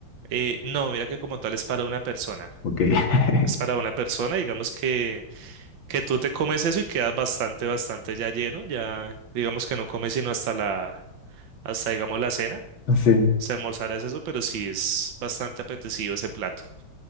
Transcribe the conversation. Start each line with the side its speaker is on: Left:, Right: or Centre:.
Right: eh, no, mira que como tal es para una persona,
Left: Ok. <laughs>
Right: es para una persona, digamos que... que tú te comes eso y quedas bastante, bastante ya lleno, ya digamos que no comes sino hasta la, hasta digamos la cena,
Left: Sí.
Right: si almorzaras eso, pero sí es bastante apetecido ese plato,